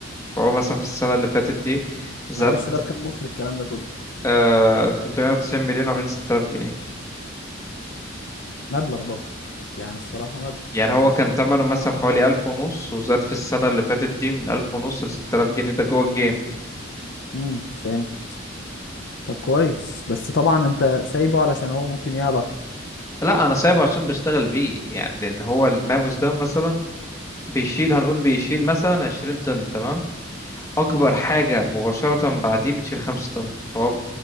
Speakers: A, on the left; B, on the left.
A: فهو مثلا في السنة اللي فاتت دي زاد
B: معلش ده بكام مصري الكلام ده كله
A: آه، 390 مليون عاملين 6000 جنيه
B: مبلغ برضه يعني الصراحه مبلغ
A: يعني هو كان تمنه مثلا حوالي 1000 ونص وزاد في السنة اللي فاتت دي من 1000 ونص ل 6000 جنيه ده جوه الجيم
B: امم فهمت طب كويس بس طبعا انت سايبه علشان هو ممكن يعلى اكتر
A: لا انا سايبه عشان بشتغل بيه يعني لان هو الماموس ده مثلا بيشيل هنقول بيشيل مثلا 20 طن تمام اكبر حاجه مباشره بعديه بتشيل 5 طن فهو